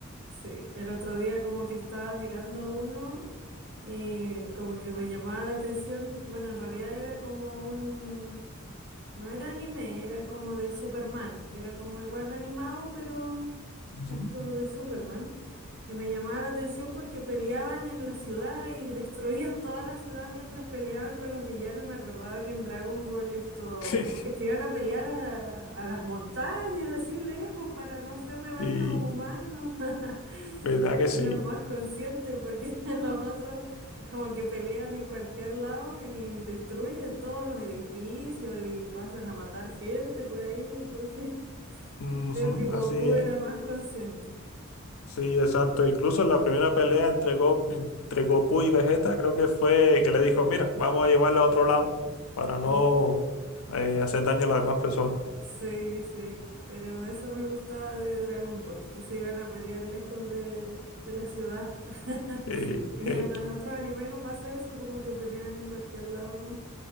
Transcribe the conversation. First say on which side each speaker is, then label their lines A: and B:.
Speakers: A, on the right; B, on the left.
A: sí. El otro día como que estaba mirando uno. y como que me llamaba la atención, bueno, en realidad era como un, no era anime, era como de Superman, era como igual animado, pero
B: Ujú.
A: esto de Superman. Y me llamaba la atención porque peleaban en la ciudad y <laughs> destruían toda la ciudad mientras peleaban con los villanos. Y me acordaba que en Dragon Ball esto,
B: <laughs>
A: como que se iban a pelear a, a las montañas, así lejos, para no hacerle daño
B: Sí,
A: a los humanos. <laughs>
B: verdad que sí.
A: Era más conscientes porque <laughs> los otros... Como que pelean en cualquier lado y destruyen todos los edificios y pasan a matar gente por ahí, entonces <laughs>
B: Ujú,
A: creo que Goku
B: así es.
A: era más consciente.
B: Sí, exacto. Incluso en la primera pelea entre, Go- entre Goku y Vegeta, creo que fue que le dijo, mira, vamos a llevarla a otro lado para no
A: Ujú.
B: eh, hacer daño a las demás personas.
A: Sí, sí, pero eso me gustaba de Dragon Ball, que se iban a pelear lejos de, de la ciudad. <laughs>
B: Y,
A: Y
B: <laughs> jeje.
A: en los otros animes no pasa eso, como que pelean en cualquier lado nomás.